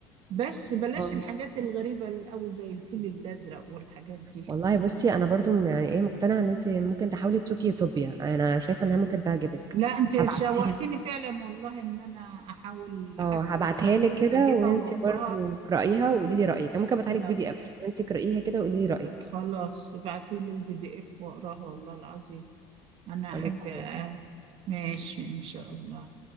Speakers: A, on the right (about 60°); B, on the right (about 35°).
A: بس بلاش
B: اه
A: الحاجات الغريبة أوي زي الفيل الأزرق والحاجات دي
B: والله بصي انا برضو يعني ايه مقتنعه ان انت ممكن تحاولي تشوفي يوتوبيا انا شايفه انها ممكن تعجبك
A: لا انت
B: هبعتها
A: شوقتني
B: لك
A: فعلا والله ان انا احاول
B: اه
A: حتى
B: هبعتها
A: لو على النت
B: لك كده
A: اجيبها
B: وانت
A: واقراها
B: برضو اقرايها وقولي لي رايك أنا ممكن ابعتها
A: لا
B: لك بي دي اف وانت اقرايها كده وقولي لي رايك
A: خلاص ابعتيلي البي دي اف واقراها والله العظيم أنا
B: خلاص
A: أحب
B: تمام
A: آه، ماشي إن شاء الله